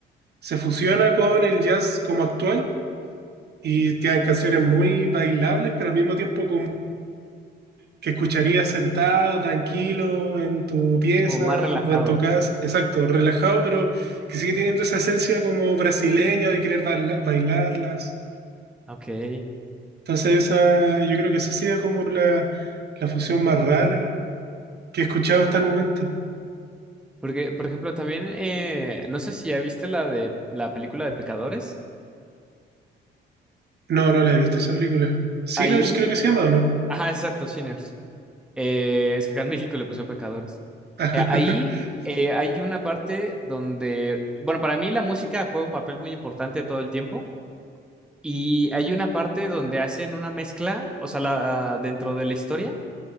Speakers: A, on the right; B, in the centre.
A: se fusiona con el jazz como actual y quedan canciones muy bailables, pero al mismo tiempo como que escucharías sentado, tranquilo, en tu pieza
B: o más relajado.
A: o en tu casa, exacto, relajado, pero que sigue teniendo esa esencia como brasileña de querer baila- bailarlas.
B: Ok.
A: Entonces esa, yo creo que esa sería como la, la fusión más rara que he escuchado hasta el momento.
B: Porque, por ejemplo, también, eh, no sé si ya viste la de la película de Pecadores.
A: No, no la he visto esa película. Sinners
B: Ahí,
A: creo que se llama, ¿o no?
B: ajá, exacto, Sinners. Eh, es que acá en México le pusieron Pecadores.
A: <laughs>
B: Eh, ahí eh, hay una parte donde, bueno, para mí la música juega un papel muy importante todo el tiempo. Y hay una parte donde hacen una mezcla, o sea, la, dentro de la historia